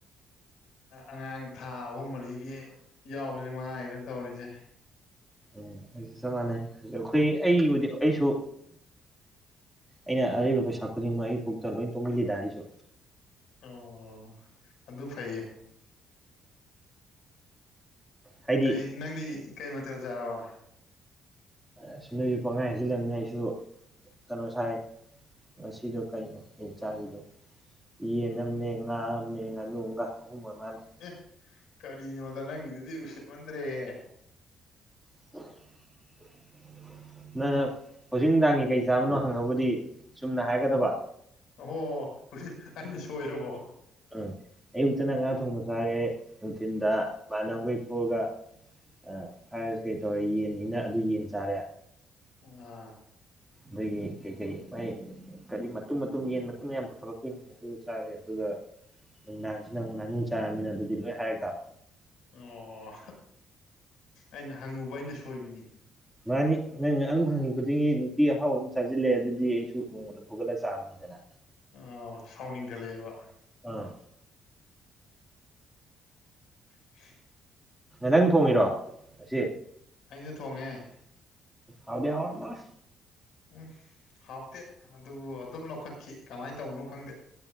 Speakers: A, on the left; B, in the centre.
A: ꯑꯉꯥꯡ ꯊꯥ ꯑꯍꯨꯝ ꯃꯔꯤꯒꯤ ꯌꯥꯎꯕꯁꯤꯃꯛ ꯉꯥꯏꯒꯔꯦ ꯇꯧꯔꯤꯁꯦ
B: ꯎꯝ ꯑꯩꯁꯨ ꯆꯞ ꯃꯥꯟꯅꯩ ꯑ ꯑꯩꯈꯣꯏ ꯑꯩꯕꯨꯗꯤ ꯑꯩꯁꯨ ꯑꯩꯅ ꯑꯔꯩꯕ ꯄꯩꯁꯥ ꯈꯨꯗꯤꯡꯃꯛ ꯑꯩ ꯄꯨꯛꯇ ꯂꯣꯏ ꯇꯨꯡꯍꯜꯂꯤꯗ ꯑꯩꯁꯨ
A: ꯑꯣ ꯑꯗꯨ ꯐꯩꯌꯦ
B: ꯍꯥꯏꯗꯤ
A: ꯀꯩ ꯅꯪꯗꯤ ꯀꯩ ꯃꯊꯦꯜ ꯆꯥꯔꯕ
B: ꯑꯁ ꯅꯣꯏꯁꯨ ꯄꯪꯍꯥꯏ ꯍꯥꯏꯖꯤꯜꯂꯕꯅꯤꯅ ꯑꯩꯁꯨ ꯀꯩꯅꯣ ꯁꯥꯏꯌꯦ ꯉꯁꯤꯗꯣ ꯀꯩꯅꯣ ꯑꯩꯅ ꯆꯥꯒ꯭ꯔꯤꯗꯣ ꯌꯦꯟ ꯑꯃꯅꯦ ꯉꯥ ꯑꯃꯅꯦ ꯉꯥꯅꯨ ꯑꯝꯒ ꯑꯍꯨꯝ ꯑꯣꯏ ꯃꯥꯜꯂꯦ
A: ꯑꯦ ꯀꯔꯤꯅꯣꯗ ꯅꯪꯒꯤꯗꯨꯗꯤ ꯎꯁꯤꯠ ꯃꯟꯗ꯭ꯔꯦꯍꯦ
B: <unintelligible> ꯅꯪꯅ ꯍꯧꯖꯤꯛ ꯅꯨꯡꯗꯥꯡꯒꯤ ꯀꯩ ꯆꯥꯕꯅꯣ ꯍꯪꯉꯕꯨꯗꯤ ꯆꯨꯝꯅ ꯍꯥꯏꯒꯗꯕ
A: ꯑꯣꯍꯣ ꯍꯧꯖꯤꯛ ꯑꯩꯅ ꯁꯣꯏꯔꯕꯣ
B: ꯎꯝ ꯑꯌꯨꯛꯇꯅ ꯉꯥ ꯊꯣꯡꯕ ꯆꯥꯔꯦ ꯅꯨꯡꯊꯤꯟꯗ ꯁꯨꯃꯥꯏꯅ ꯑꯩꯈꯣꯏ ꯊꯣꯛꯑꯒ ꯑ ꯐ꯭ꯔꯥꯏꯠ ꯔꯥꯏꯁ ꯀꯩ ꯇꯧꯔꯦ ꯌꯦꯟꯅꯤꯅ ꯑꯗꯨ ꯌꯦꯟ ꯆꯥꯔꯦ
A: ꯑꯥ
B: ꯑꯗꯒꯤ ꯀꯩ ꯀꯩ ꯃꯥꯏ ꯀꯔꯤ ꯃꯇꯨꯝ ꯃꯇꯨꯝ ꯌꯦꯟ ꯃꯇꯨꯝ ꯃꯌꯥꯝ ꯄꯨꯊꯣꯔꯛꯇꯣꯏꯅꯤ ꯑꯗꯨ ꯆꯥꯔꯦ ꯑꯗꯨꯒ ꯅꯨꯡꯗꯥꯡꯁꯤꯅ ꯑꯃꯨꯛ ꯉꯥꯅꯨ ꯆꯥꯔꯕꯃꯤꯅ ꯑꯗꯨꯗꯤ ꯂꯣꯏ ꯍꯥꯏꯔꯛ ꯇꯥꯕ
A: ꯑꯣ ꯑꯩꯅ ꯍꯪꯉꯨꯕ ꯑꯩꯅ ꯁꯣꯏꯕꯅꯤ
B: ꯃꯥꯅꯤ ꯅꯪꯅ ꯑꯗꯨꯝ ꯍꯪꯉꯤ ꯈꯨꯗꯤꯡꯒꯤ ꯅꯨꯡꯇꯤ ꯑꯍꯥꯎꯕ ꯆꯥꯁꯤꯜꯂꯦ ꯑꯗꯨꯗꯤ ꯑꯩ ꯑꯩꯁꯨ ꯅꯣꯡꯃꯗ ꯐꯨꯒꯠꯂꯒ ꯆꯥꯕꯅꯤꯗꯅ
A: ꯑꯣ ꯁꯥꯎꯅꯤꯡꯒꯂꯦꯕ
B: ꯑꯥ
A: ꯍ
B: ꯅꯪ ꯊꯣꯡꯉꯤꯔꯣ ꯉꯁꯤ
A: ꯑꯩꯅ ꯊꯣꯡꯉꯦ
B: ꯍꯥꯎꯗꯤ ꯍꯥꯎꯔꯝꯃꯣꯏ
A: ꯎꯝ ꯍꯥꯎꯇꯦ ꯑꯗꯨꯕꯨ ꯑꯗꯨꯝ ꯂꯧꯈꯠꯈꯤ ꯀꯃꯥꯏꯅ ꯇꯧꯕꯧꯅꯣ ꯈꯪꯗꯦ